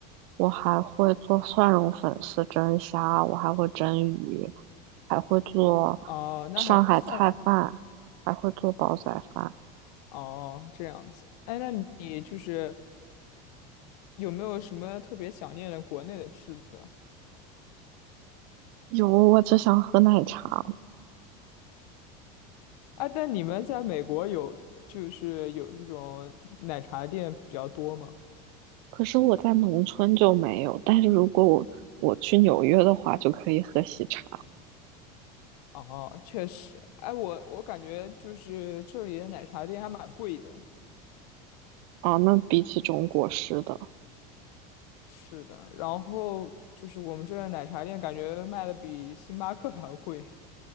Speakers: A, on the right (about 55°); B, on the left (about 70°).
A: 我还会做蒜蓉粉丝蒸虾，我还会蒸鱼，还会做
B: 哦，那还算了
A: 上海菜饭，还会做煲仔饭。
B: 哦，这样子。哎，那你就是有没有什么特别想念的国内的吃的？
A: 有，我只想喝奶茶，
B: 啊，但你们在美国有就是有这种奶茶店比较多吗？
A: 可是我在农村就没有。但是如果我我去纽约的话，就可以喝喜茶
B: 哦，确实。哎，我我感觉就是这里的奶茶店还蛮贵的。
A: 啊。那比起中国式的，
B: 是的，然后就是我们这儿的奶茶店感觉卖的比星巴克 <laughs> 还要贵。